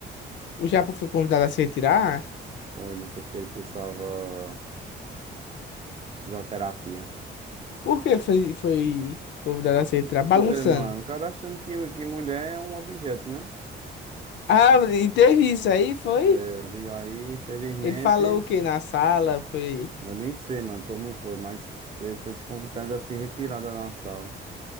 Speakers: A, on the left; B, on the right.
A: O Japa foi convidado a se retirar?
B: foi no tempo que ele cursava fisioterapia.
A: Por que ele foi, foi convidado a se retirar?
B: Não sei,
A: Bagunçando.
B: mano. O cara achando que, que mulher é um objeto, né?
A: Ah, e teve isso aí, foi?
B: É, vi aí, infelizmente.
A: Ele falou o que na sala, foi
B: Eu nem sei, mano, como foi, mas ele foi se convidado a se retirar da nação.